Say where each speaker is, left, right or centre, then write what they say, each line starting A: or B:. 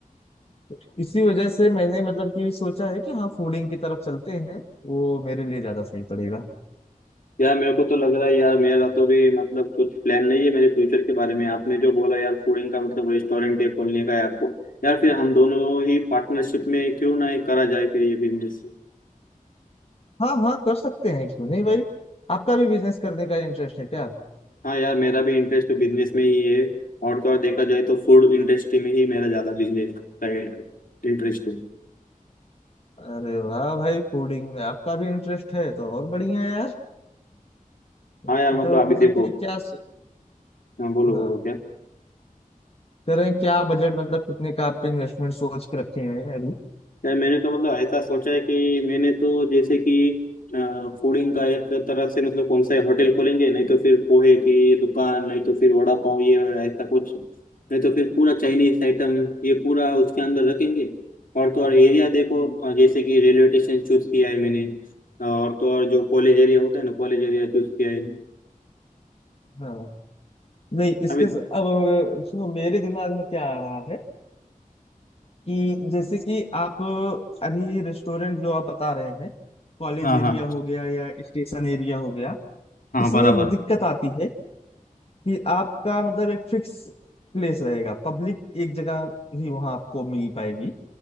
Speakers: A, on the left; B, on the left.
A: तो इसी वजह से मैंने मतलब कि सोचा है कि हाँ फूडिंग की तरफ चलते हैं वो मेरे लिए ज्यादा सही पड़ेगा
B: यार मेरे को तो लग रहा है यार मेरा तो भी मतलब कुछ प्लान नहीं है मेरे फ्यूचर के बारे में आपने जो बोला यार फूडिंग का मतलब रेस्टोरेंट है खोलने का है आपको यार फिर हम दोनों ही पार्टनरशिप में क्यों ना ये करा जाए फिर ये बिजनेस
A: हाँ हाँ कर सकते हैं क्यों नहीं भाई आपका भी बिजनेस करने का इंटरेस्ट है क्या
B: हाँ यार मेरा भी इंटरेस्ट तो बिजनेस में ही है और तो और देखा जाए तो फूड इंडस्ट्री में ही मेरा ज्यादा बिजनेस का इंटरेस्ट है
A: अरे वाह भाई फूडिंग में आपका भी इंटरेस्ट है तो और बढ़िया यार तो,
B: हाँ यार मतलब
A: तो
B: अभी
A: मतलब
B: देखो
A: कि क्या स...
B: हाँ बोलो
A: हाँ
B: बोलो क्या
A: करें क्या बजट मतलब कितने का आप इन्वेस्टमेंट सोच के रखे हैं अभी
B: यार मैंने तो मतलब ऐसा सोचा है कि मैंने तो जैसे कि फूडिंग का एक तरह से मतलब कौन सा होटल खोलेंगे नहीं तो फिर पोहे की दुकान नहीं तो फिर वड़ा पाव ये ऐसा कुछ नहीं तो फिर पूरा चाइनीज आइटम ये पूरा उसके अंदर रखेंगे और तो और एरिया देखो अ, जैसे कि रेलवे स्टेशन चूज किया है मैंने और तो और जो कॉलेज एरिया होता है ना कॉलेज एरिया चूज किया है
A: हाँ नहीं इसके
B: अभी
A: स- अब अ, सुनो मेरे दिमाग में क्या आ रहा है कि जैसे कि आप अ, अभी रेस्टोरेंट जो आप बता रहे हैं कॉलेज
B: हाँ
A: एरिया
B: हाँ
A: हो गया या स्टेशन एरिया हो गया
B: हाँ
A: इसमें
B: बराबर
A: एक दिक्कत आती है कि आपका मतलब एक फिक्स प्लेस रहेगा पब्लिक एक जगह ही वहां आपको मिल पाएगी